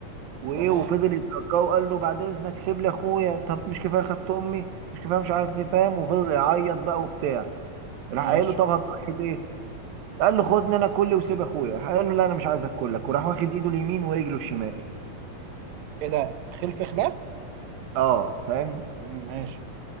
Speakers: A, on the right; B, on the right.
A: وايه
B: تمام
A: وفضل يتركاه وقال له بعد اذنك سيب لي اخويا طب مش كفايه خدت امي مش كفايه مش عارف ايه فاهم وفضل يعيط بقى وبتاع راح
B: ماشي
A: قايل له طب هتضحي بايه قال له خدني انا كلي وسيب اخويا راح قال له لا انا مش عايز اكلك وراح واخد ايده اليمين ورجله الشمال
B: ايه ده خلف خلاف
A: اه فاهم
B: مم، ماشي